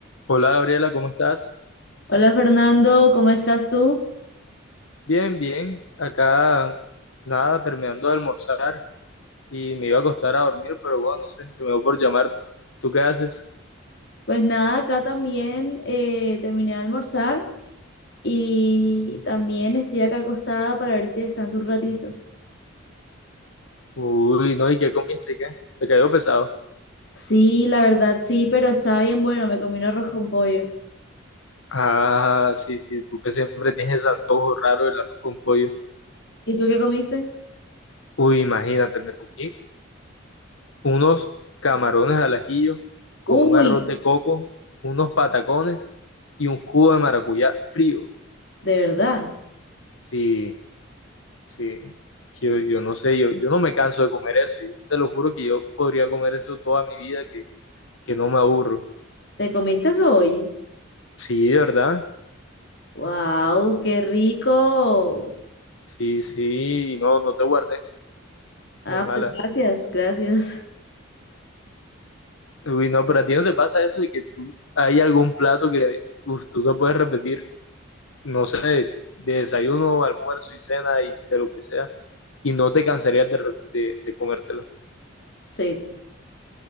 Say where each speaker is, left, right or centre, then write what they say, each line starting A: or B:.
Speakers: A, on the left; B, on the left.
A: Hola Gabriela, ¿cómo estás?
B: Hola Fernando, ¿cómo estás tú?
A: Bien, bien. Acá nada, terminando de almorzar y me iba a acostar a dormir, pero bueno, no sé, se me dio por llamarte. ¿Tú qué haces?
B: Pues nada, acá también eh, terminé de almorzar y también estoy acá acostada para ver si descanso un ratito.
A: Uy, no, ¿y qué comiste? ¿Qué? ¿Te cayó pesado?
B: Sí, la verdad sí, pero estaba bien bueno, me comí un arroz con pollo.
A: Ah, sí, sí, tú que siempre tienes ese antojo raro del arroz con pollo.
B: ¿Y tú qué comiste?
A: Uy, imagínate, me comí unos camarones al ajillo con
B: Uy,
A: un arroz de coco, unos patacones y un jugo de maracuyá frío.
B: de verdad,
A: Sí. Sí, que yo, yo no sé, yo, yo no me canso de comer eso. Yo te lo juro que yo podría comer eso toda mi vida, que, que no me aburro.
B: ¿te comiste eso hoy?
A: Sí, de verdad.
B: ¡Wow! ¡Qué rico!
A: Sí, sí, no, no te guardes
B: Ah,
A: de malas.
B: pues gracias, gracias. <laughs>
A: Uy, no, pero a ti no te pasa eso de que tú, hay algún plato que uf, tú te puedes repetir, no sé, de desayuno, almuerzo y cena y de lo que sea, y no te cansarías de, re- de, de comértelo.
B: Sí,